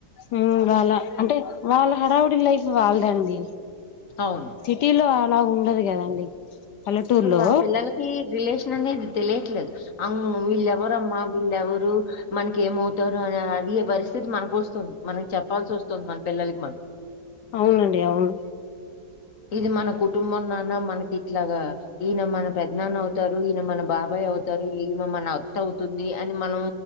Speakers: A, on the left; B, on the left.
A: ఉమ్ వాళ్ళ అంటే వాళ్ళ హరావుడి లైఫ్ వాళ్ళదండి
B: అవును
A: సిటీలో అలా ఉండదు కదండి పల్లెటూరులో
B: ఇప్పుడు మాన పిల్లలకి రిలేషన్ అనేది తెలియట్లేదు అమ్ వీళ్ళెవరమ్మా వీళ్ళ ఎవరు మనకి ఏమవుతారు అని అడిగే పరిస్థితి మనకు వస్తుంది మనకి చెప్పాల్సి వస్తుంది మన పిల్లలకి మనం
A: అవునండి అవును
B: ఇది మన కుటుంబం నాన్న మనకి ఇట్లాగా ఈయన మన పెద్దనాన్న అవుతారు ఈయన మన బాబాయ్ అవుతారు ఈమె మన అత్త అవుతుంది అని మనం